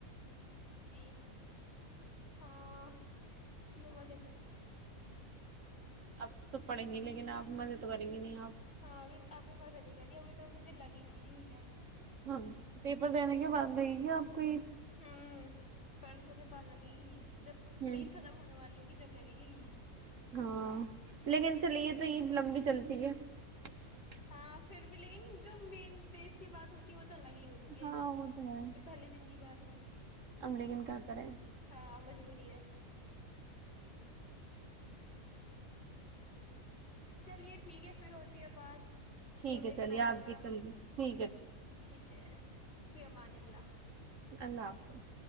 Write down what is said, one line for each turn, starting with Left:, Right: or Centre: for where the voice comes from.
Left: جی ہاں <unintelligible> میں مزہ کرتا ہ
Right: اب تو پڑیں گی لیکن آپ مزے تو کریں گی نہیں آپ <unintelligible>
Left: ہاں بھی ابھی مزہ نہیں کری ابھی تو م ج لگ نہیں رہی د <unintelligible>
Right: ہاں پیپر دینے کے بعد رہے گی آپ کو یہ <unintelligible>
Left: ہوں پرسوں کے بعد لگے گی عید جب
Right: ہوں
Left: عید ختم ہونے والی <unintelligible> ہوگی جب لگے گی عید <unintelligible>
Right: ہ <unintelligible> لیکن چلیے تو یہ لمبی چلتی ہے <unintelligible>
Left: ہاں پھر بھی لیکن جو مین ڈیز کی بات ہوتی ہے وہ تو الگ ہی ہوتی ہے
Right: ہاں وہ ہے
Left: تو پہلے دن کی بات <unintelligible>
Right: اب لیکن کیا کریں
Left: ہاں مجبوری ہے <unintelligible> <inaudible> چلیے ٹھیک ہے پھر ہو ا آباد
Right: ٹھیک
Left: روٹی
Right: ہے چلیے
Left: بنا
Right: آپ
Left: لوں میں
Right: بھی
Left: اب
Right: کل ٹھیک ہے
Left: ٹھیک ہے فیمانلہ
Right: اللہ حافظ